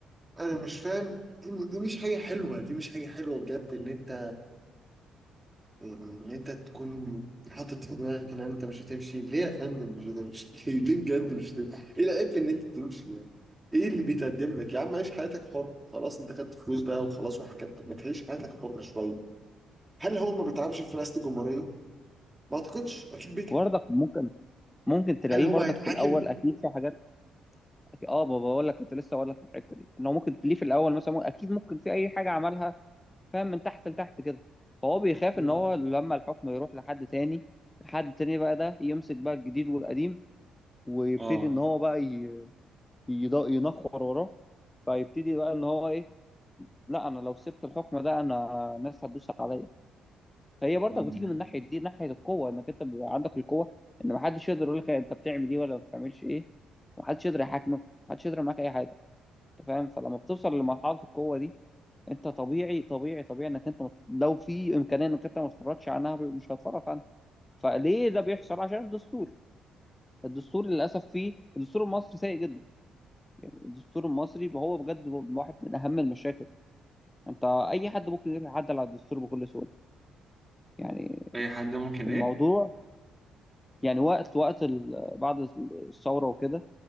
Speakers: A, on the right (about 15°); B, on the left (about 15°).
A: انا مش فاهم دي, دي مش حاجه حلوه دي مش حاجه حلوه بجد ان انت ان انت تكون حاطط في دماغك ان انت مش هتمشي ليه يا فندم مش هتمشي <laughs> ليه ليه بجد مش هتمشي ايه العيب في ان انت تمشي يعني ايه اللي بيتقدم لك يا عم عيش حياتك حر خلاص انت خدت فلوس بقى وخلاص وحكت ما تعيش حياتك حر شويه هل هو ما بيتعبش في رئاسة الجمهورية ما اعتقدش اكيد بيتعب
B: برضك ممكن ممكن تلاقيه
A: هل هو
B: برضك
A: هيتحاكم
B: في الاول اكيد في حاجات أكيد- اه ما بقول لك كنت لسه بقول لك في الحته دي ان هو ممكن تليه في الاول مثلا مو- اكيد ممكن في اي حاجه عملها فاهم من تحت لتحت كده فهو بيخاف
A: مم.
B: ان هو لما الحكم يروح لحد تاني حد تاني بقى ده يمسك بقى الجديد والقديم ويبتدي
A: اه
B: ان هو بقى ي- يض- ينخر وراه فيبتدي بقى ان هو ايه لا انا لو سبت الحكم ده انا الناس هتدوس عليا فهي برضك
A: مم.
B: بتيجي من ناحيه دي ناحيه القوه انك انت بيبقى عندك القوه ان محدش يقدر يقول لك انت بتعمل دي ولا ما بتعملش ايه محدش يقدر يحاكمك محدش يقدر معاك اي حاجه انت فاهم فلما بتوصل لمرحله القوه دي انت طبيعي طبيعي طبيعي انك انت مت- لو في امكانيه انك انت ما تتفرجش عنها مش هتتفرج عنها فليه ده بيحصل عشان الدستور الدستور للاسف فيه الدستور المصري سيء جدا يعني الدستور المصري هو بجد هو واحد من اهم المشاكل انت اي حد ممكن يتعدل على الدستور بكل سهوله يعني
A: اي حد ممكن
B: الموضوع
A: ايه
B: يعني وقت وقت ال- بعد الثوره وكده